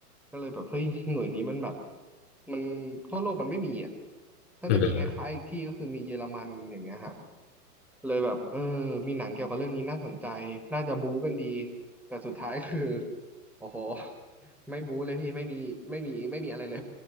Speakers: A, in the centre; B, on the left.
A: ก็เลยแบบเฮ้ยหน่วยนี้มันแบบมันทั่วโลกมันไม่มีอ่ะถ้าจะมีคล้ายๆอีกที่ก็คือมีเยอรมันอย่างเงี้ยฮะ
B: อืม
A: เลยแบบเออมีหนังเกี่ยวกับเรื่องนี้น่าสนใจน่าจะบู๊กันดีแต่สุดท้ายคือ <laughs> โอ้โหไม่บู๊เลยพี่ไม่มีไม่มีไม่มีอะไรเลย